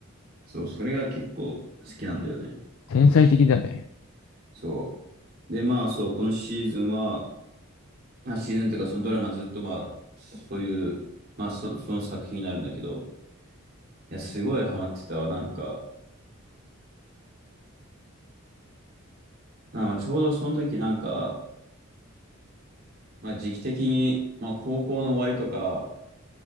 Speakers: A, on the right; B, on the left.
A: そう、それが結構好きなんだよね。
B: 天才的だね。
A: そう。で、まあそう、このシーズンは、まあシーズンというかそのドラマずっとまあ、そういう、まあそ、その作品になるんだけど、いや、すごいハマってたわ。なんか、まあまあちょうどその時なんか、まあ時期的に、まあ高校の終わりとか、